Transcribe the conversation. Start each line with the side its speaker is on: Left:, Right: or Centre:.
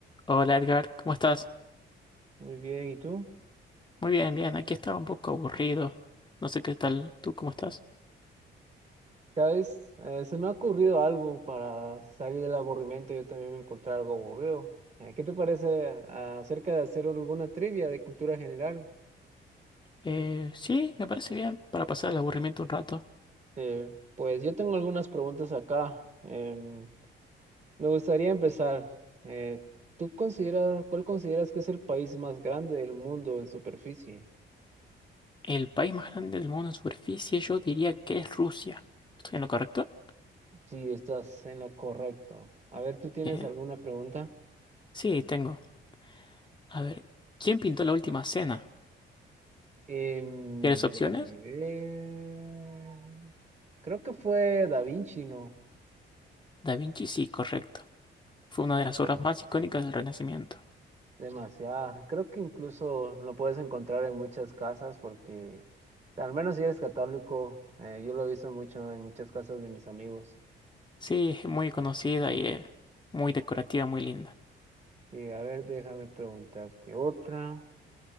Left: Hola Edgar, ¿cómo estás?
Right: Muy bien, ¿y tú?
Left: Muy bien, bien, aquí estaba un poco aburrido. No sé qué tal, ¿tú cómo estás?
Right: ¿Sabes? Eh, se me ha ocurrido algo para salir del aburrimiento. Yo también me encontré algo aburrido. Eh, ¿qué te parece a- acerca de hacer alguna trivia de cultura general?
Left: Eh, sí, me parece bien, para pasar el aburrimiento un rato.
Right: Eh, pues yo tengo algunas preguntas acá. Em, me gustaría empezar. Eh, ¿tú consideras, cuál consideras que es el país más grande del mundo en superficie?
Left: El país más grande del mundo en superficie, yo diría que es Rusia. ¿Estoy en lo correcto?
Right: Sí, estás en lo correcto. A ver, ¿tú tienes
Left: Bien.
Right: alguna pregunta?
Left: Sí, tengo. A ver, ¿quién pintó la última cena?
Right: Em,
Left: ¿Quieres opciones?
Right: déjame ver. Creo que fue Da Vinci, ¿no?
Left: Da Vinci, sí, correcto. Fue una de las obras más icónicas del Renacimiento.
Right: Demasiado. Creo que incluso lo puedes encontrar en muchas casas porque, al menos si eres católico, eh, yo lo he visto mucho en muchas casas de mis amigos.
Left: Sí, es muy conocida y eh, muy decorativa, muy linda.
Right: Sí, a ver, déjame preguntarte otra.